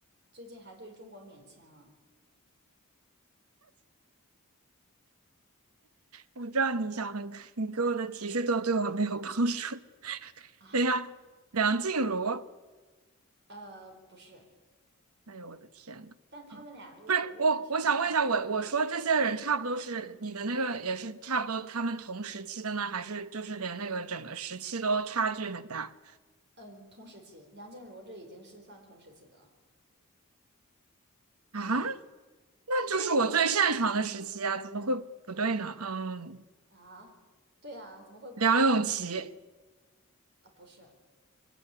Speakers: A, on the right (about 50°); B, on the right (about 85°).
A: 最近还对中国免签了。
B: 我知道你想很，你给我的提示都对我没有帮助。<laughs>
A: <laughs> 啊。
B: 等一下，梁静茹，
A: 呃，不是，
B: 哎呦，我的天呐，
A: 但他们俩就是活跃的时间差不多。
B: 嗯，不是我，我想问一下，我我说这些人差不多是你的那个也是差不多，他们同时期的呢，还是就是连那个整个时期都差距很大
A: 嗯，同时期，梁静茹这已经是算同时期的了。
B: 啊？
A: 嗯，
B: 那就是我最擅长的时期啊，
A: 对对对对
B: 怎么会不对呢？嗯，
A: 啊，对呀、怎么会不对呢？
B: 梁咏琪，
A: 啊，不是，